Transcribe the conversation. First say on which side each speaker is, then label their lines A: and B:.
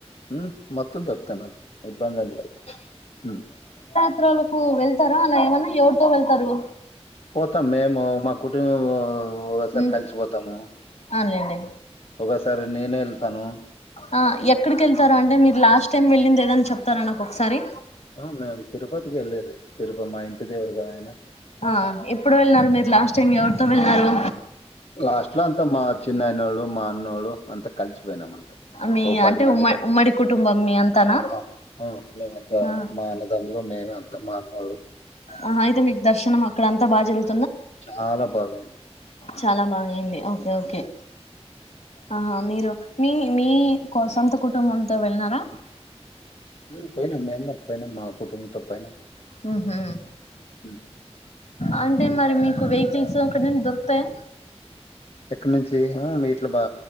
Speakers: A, on the left; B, on the left.
A: హ్మ్ మొత్తం దొరుకుతాయి మాకు ఇబ్బంది ఏంలేదు హ్మ్
B: చిత్రాలకు వెళ్తారా అలా ఏమన్నా ఎవరితో వెళ్తారు
A: పోతాం మేము మా కుటుంబు వో ఓసారి
B: ఉమ్
A: కలిసిపోతాము
B: అవునులేండి
A: ఒకసారి నేనే వెళ్తాను
B: ఆ ఎక్కడికి వెళ్తారా అంటే మీరు లాస్ట్ టైం వెళ్ళింది ఎద్దన్న చెప్తారా నాకు ఒకసారి
A: ఆ మేము తిరుపతికి వెళ్ళేది తిరుపతి మా ఇంటి దేవుడు కదా ఆయన
B: ఆ ఎప్పుడు వెళ్ళినారు మీరు లాస్ట్ టైం ఎవరితో వెళ్ళినారు
A: లాస్ట్ లో అంత మా చిన్నయనోళ్ళు మా అన్నోళు అంత కలిసిపోయినాము అంతే
B: మీ
A: ఓ పది
B: అంటే
A: మంది
B: ఉమ్మ
A: దాకా
B: ఉమ్మడి కుటుంబం మీ అంతానా
A: ఆ ఊ మేము అంత
B: ఆ
A: మా అన్నా దమ్ములము మేము అంత మా అన్నోళ్ళు
B: ఆహ అయితే మీకు దర్శనం అక్కడ అంతా బాగా జరుగు
A: చాలా బాగా అయింది
B: చాలా బాగా అయింది ఓకే ఓకే ఆహా మీరు మీ మీ కో సొంత కుటుంబంతో వెళ్ళన్నారా
A: హు పోయినం మేము గాని పోయినం మా కుటుంబంతో పోయినం
B: ఉహు
A: <unintelligible>
B: అంటే మరి మీకు వెహికల్స్ అక్కడ నుండి దొరుకుతాయా
A: ఇక నుంచి మీ హ ఇట్లా బా